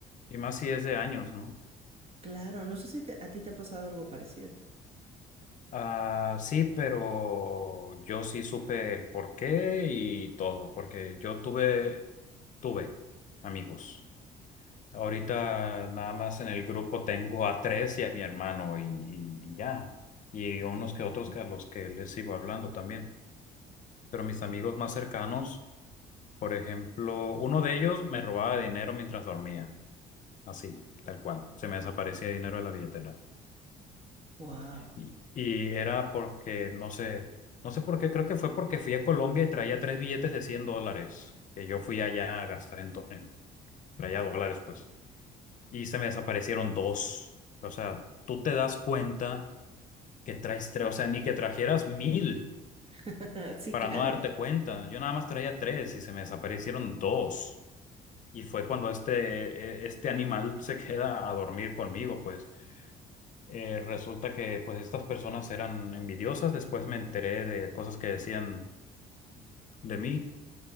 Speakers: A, on the left; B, on the right.
A: Y más si es de años, ¿no?
B: Claro, no sé si te- a ti te ha pasado algo parecido.
A: Ah, sí, pero yo sí supe el porqué y todo, porque yo tuve, tuve amigos. Ahorita nada más en el grupo tengo a tres y a mi hermano y, y- y ya. Y unos que otros que a los que les sigo hablando también. Pero mis amigos más cercanos, por ejemplo, uno de ellos me robaba dinero mientras dormía, así, tal cual. Se me desaparecía dinero de la billetera.
B: Wow.
A: Y y era porque, no sé, no sé por qué, creo que fue porque fui a Colombia y traía tres billetes de 100 dólares, que yo fui allá a gastar en, do- en- traía dólares, pues, y se me desaparecieron dos. O sea, tú te das cuenta que traes tres, o sea, ni que trajeras mil
B: <laughs> Sí,
A: para
B: claro.
A: no darte cuenta. Yo nada más traía tres y se me desaparecieron dos. Y fue cuando este, eh, este animal se queda a dormir conmigo, pues. Eh, resulta que pues estas personas eran envidiosas, después me enteré de cosas que decían de mí